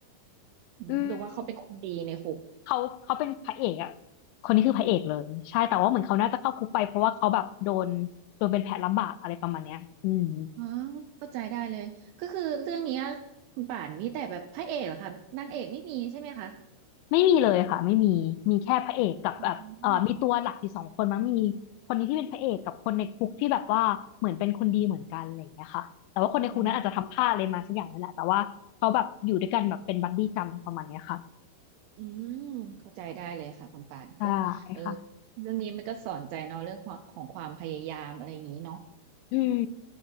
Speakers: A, on the right; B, on the left.
A: อืมหรือว่าเขาเป็นคนดีในคุก
B: อืมเขาเขาเป็นพระเอกอะคนนี้คือพระเอกเลยใช่แต่ว่าเหมือนเขาน่าจะเข้าคุกไปเพราะว่าเขาแบบโดนโดนเป็นแผลลำบากอะไรประมาณเนี้ยอืม
A: อ๋อเข้าใจได้เลยก็คือเรื่องเนี้ยคุณป่านมีแต่แบบพระเอกเหรอคะนางเอกไม่มีใช่ไหมคะ
B: ไม่มีเลยค่ะไม่มีมีแค่พระเอกกับแบบเอ่อมีตัวหลักอยู่สองคนมั้งมี
A: อืม
B: คนนี้ที่เป็นพระเอกกับคนในคุกที่แบบว่าเหมือนเป็นคนดีเหมือนกันอะไรอย่างเงี้ยค่ะแต่ว่าคนในคุกนั้นอาจจะทำพลาดอะไรมาสักอย่างนั่นแหละแต่ว่าเขาแบบอยู่ด้วยกันแบบเป็นบัดดี้กันประมาณเนี้ยค่ะ
A: อ๋ออืมเข้าใจได้เลยค่ะคุณป่านก็เออ
B: ใช่ค่ะ
A: เรื่องนี้มันก็สอนใจเนาะเรื่องความของความพยายามอะไรอย่างนี้เนาะ
B: อืม